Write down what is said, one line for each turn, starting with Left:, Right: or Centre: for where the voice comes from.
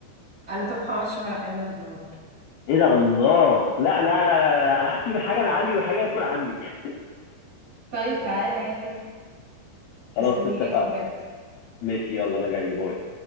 Right: انا طبخة محشي ورق عنب النهاردة
Left: ايه ده الله لا لا لا لا, لا. انا هسيب الحاجه اللي عندي والحاجه هتكون عندك
Right: طيب تعالى يلا
Left: خلاص
Right: مستنياك
Left: اتفقنا
Right: بجد
Left: ماشي يلا انا جاي باي